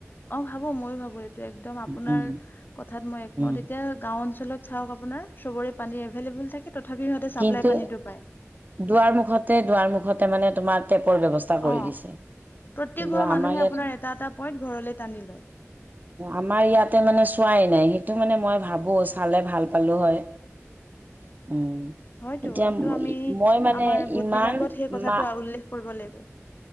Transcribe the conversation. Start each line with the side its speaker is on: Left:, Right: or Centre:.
Left: অ' ভাবো ময়ো ভাবো এইটো একদম আপোনাৰ
Right: উম উম
Left: কথাত মই একমত
Right: উম
Left: এতিয়া গাওঁ অঞ্চলত চাওঁক আপোনাৰ চবৰে পানী এভেইলেবল থাকে। তথাপি সিহঁতে চাপ্লাই
Right: কিন্তু
Left: পানীটো পায়।
Right: দুৱাৰ মুখতে দুৱাৰ মুখতে মানে তোমাৰ টেপৰ ব্যৱস্থা কৰি
Left: অ
Right: দিছে
Left: প্ৰত্যেক
Right: কিন্তু
Left: ঘৰ মানুহে
Right: আমাৰ ইয়াত
Left: আপোনাৰ এটা এটা পইণ্ট ঘৰলৈ টানি লয়
Right: আমাৰ ইয়াতে মানে চোৱাই নাই সেইটো মানে মই ভাবো চালে ভাল পালো হয়। উম।
Left: হয়তো
Right: এতিয়া
Left: এইটো আমি
Right: মই মানে
Left: আমাৰ গোট
Right: ইমান
Left: বিলাকত সেই কথাটো
Right: মা
Left: উল্লেখ কৰিব লাগিব